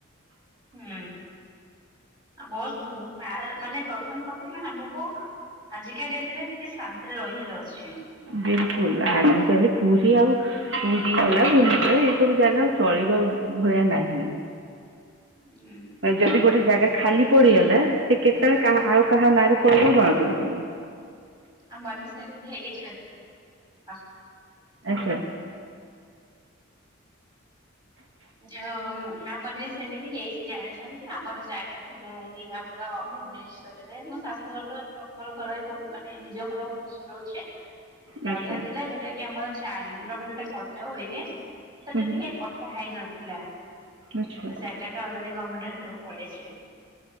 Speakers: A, on the right; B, on the right.
A: ହୁଁ ଆ ମୋର୍ ଅ ପା ମାନେ ପ୍ରଥମ କଥା ହେଲା ଆମକୁ ଆଜିକା ଡେଟରେ ଟିକେ ଶାନ୍ତିରେ ରହିବାର ଅଛି।
B: ବିଲକୁଲ ଆଜି କାଲି ପୁରୀ ଆଉ ପୁରୀ ହେଲା ଭୁବନେଶ୍ବର ଏଇ ସବୁ ଜାଗା ଚଳିବା ଭଳିଆ ନାହିଁ।
A: ହୁଁ।
B: ଅ ଯଦି ଗୋଟେ ଜାଗା ଖାଲି ପଡିଗଲା ସେ କେତେବେଳେ କାହା ଆଉ କାହା ନାଁରେ ପଳେଇବ ଜଣା ପଡିବନି।
A: ଆମଆଡ଼େ ସେମିତି ହେଇ <unintelligible>
B: ଆଚ୍ଛା।
A: ଯ ଆଉ ଆମର ବି ସେମିତି ହେଇଛି। କି ଜାଣିଛନ୍ତି ଆମର ଜାଗା ଥିଲା ଏଇ ଆମର ଭୁବନେଶ୍ଵରରେ ମୋ ଶାଶୁଘର ତ ର ଘର ଏଇ ଭୂ ମାନେ ନିଜ ଘର ଭୁବନେଶ୍ଵର ଅଚ୍ଛି ଜାଗା
B: ଆଚ୍ଛା
A: ଥିଲା ଯୋଉଟା କି ଆମର ଚାରି ନମ୍ୱର୍ ଯୋଉଟା କଟା ହୁଏ ସେଟା
B: ହୁଁ
A: ଟିକେ
B: ହୁଁ
A: କଟା ହେଇନଥିଲା ସେ
B: ଆଚ୍ଛା
A: ଜାଗା ସେଟା ଅଲରେଡି ଗମେଣ୍ଟକୁ ପଳେଇଚି